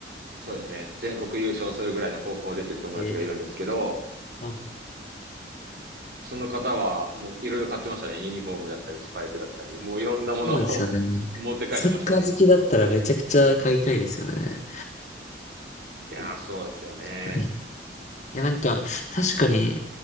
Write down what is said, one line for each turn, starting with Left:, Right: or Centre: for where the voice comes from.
Right: そうですね、全国優勝するぐらいの高校を出てる友達がいるんですけど、
Left: えー、
Right: その方はもういろいろ買ってましたね。ユニフォームだったり、スパイクだったり、もういろんなものを
Left: そうですよね。
Right: <laughs> 持って帰ってましたね。
Left: サッカー好きだったらめちゃくちゃ買いたいですよね。
Right: いやー、そうですよね。
Left: 確かに。いや、なんか、確かに、